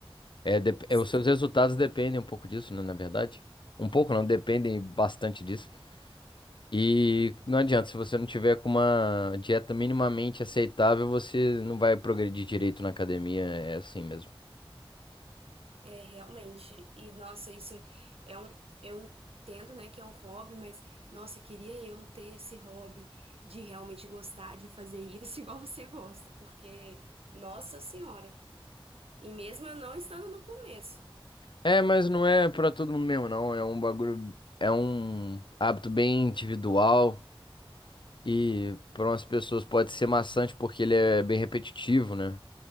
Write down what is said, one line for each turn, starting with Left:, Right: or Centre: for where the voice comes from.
Left: É, dep-
Right: Sim.
Left: é, os seus resultados dependem um pouco disso, né, na verdade. Um pouco não, dependem bastante disso. E não adianta, se você não tiver com uma dieta minimamente aceitável, você não vai progredir direito na academia, é assim mesmo.
Right: É, realmente. E, nossa, isso é um. Eu entendo, né, que é um hobby, mas, nossa, queria eu ter esse hobby de realmente gostar de fazer isso <laughs> igual você gosta, porque, nossa senhora. E mesmo eu não estando no começo.
Left: É, mas não é pra todo mundo mesmo, não. É um bagulho, é um hábito bem individual e para umas pessoas pode ser maçante porque ele é bem repetitivo, né?